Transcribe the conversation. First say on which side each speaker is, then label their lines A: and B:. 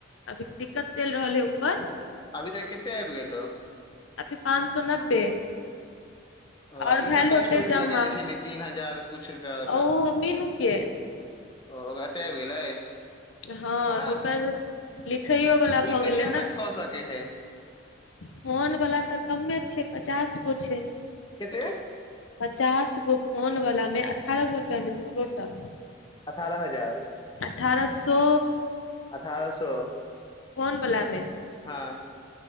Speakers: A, on the left; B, on the left.
A: अभी दिक्कत चलि रहल है ऊपर
B: अभी तऽ केते आबि गेलो
A: अभी पाँच सौ नब्बे
B: ओ
A: और
B: ई
A: भेल
B: ककर
A: होते
B: स्टोरी
A: जमा
B: लगेेले छलही तीन हजार कुछ रुपया वाला
A: ओ मीनू के
B: ओ एतय आबि गेलै
A: हँ
B: अरे
A: तऽ ओकर लिखैयौ वला भऽ
B: ई कहिया
A: गेलै ना
B: तक कऽ सकै है
A: फोन वला तऽ कमे छै पचास गो छै
B: केते
A: पचास गो फोनवलामे अठारह सए रुपैआ मिलतै टोटल।
B: अठारह हजार?
A: अठारह सौ।
B: अठारह सौ।
A: फोन वलामे।
B: हँ